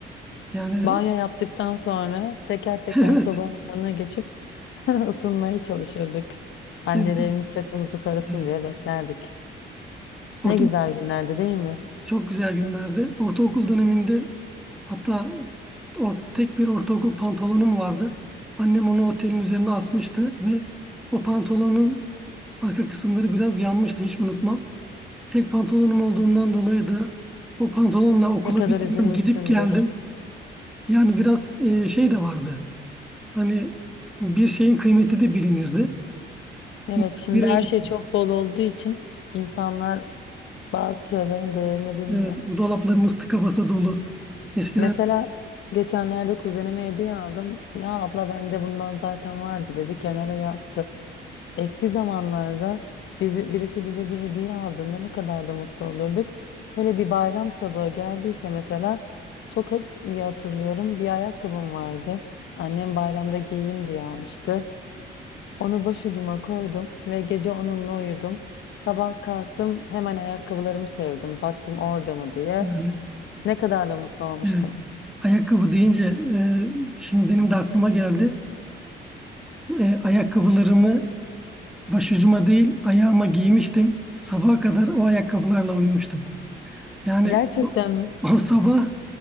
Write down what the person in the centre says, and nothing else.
Yani
<laughs>
evet,
evet,
evet.
Orta
Çok güzel günlerdi. Ortaokul döneminde hatta o tek bir ortaokul pantolonum vardı. Annem onu otelin üzerine asmıştı ve o pantolonun arka kısımları biraz yanmıştı hiç unutmam. Tek pantolonum olduğundan dolayı da o pantolonla okula
bir
dönem gidip geldim. Yani biraz e, şey de vardı. Hani bir şeyin kıymeti de bilinirdi.
Mesela
bir elbise,
evet, dolaplarımız tıka basa dolu. Eskiden
yani
Evet. Ayakkabı deyince e, şimdi benim de aklıma geldi. E, ayakkabılarımı başucuma değil ayağıma giymiştim. Sabaha kadar o ayakkabılarla uyumuştum. Yani
o,
<laughs> o sabah